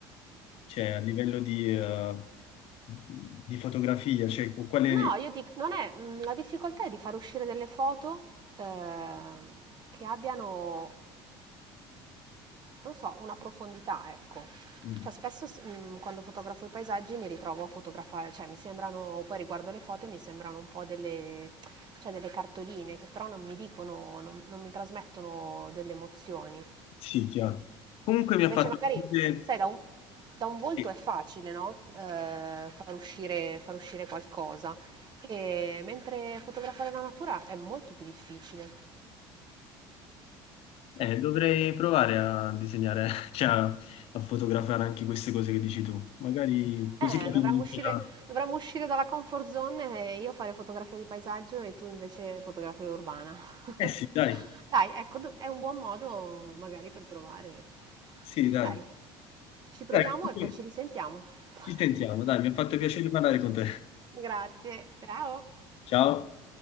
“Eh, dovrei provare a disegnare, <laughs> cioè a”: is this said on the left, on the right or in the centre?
Left